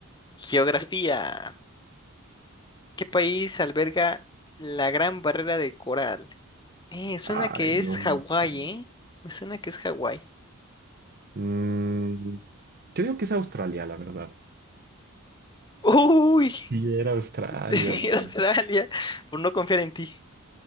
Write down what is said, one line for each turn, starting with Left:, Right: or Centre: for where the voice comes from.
Left: Geografía. ¿Qué país alberga la Gran Barrera de Coral? Eh, suena
Right: Ay,
Left: que
Right: no,
Left: es Hawái,
Right: no sé.
Left: ¿eh? Me suena que es Hawái.
Right: Mm, yo digo que es Australia, la verdad.
Left: Uy,
Right: Sí, era Australia,
Left: <laughs> sí,
Right: papá.
Left: Australia, por no confiar en ti.